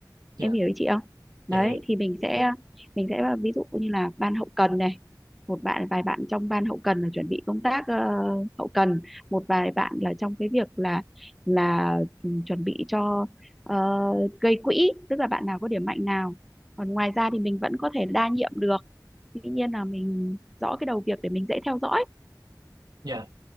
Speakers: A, in the centre; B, on the right.
A: em
B: dạ
A: hiểu ý chị không đấy
B: dạ hiểu
A: thì mình sẽ mình sẽ ví dụ như là ban hậu cần này một bạn vài bạn trong ban hậu cần là chuẩn bị công tác ờ, hậu cần một vài bạn là trong cái việc là là ừ, chuẩn bị cho ờ, gây quỹ tức là bạn nào có điểm mạnh nào còn ngoài ra thì mình vẫn có thể đa nhiệm được tuy nhiên là mình rõ cái đầu việc để mình dễ theo dõi
B: dạ